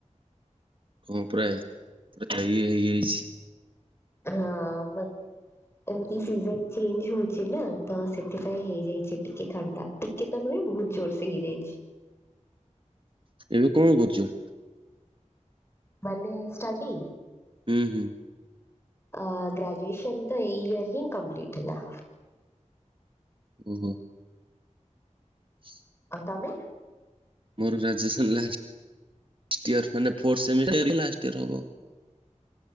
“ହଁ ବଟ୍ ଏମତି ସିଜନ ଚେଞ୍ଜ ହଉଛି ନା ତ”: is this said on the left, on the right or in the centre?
Left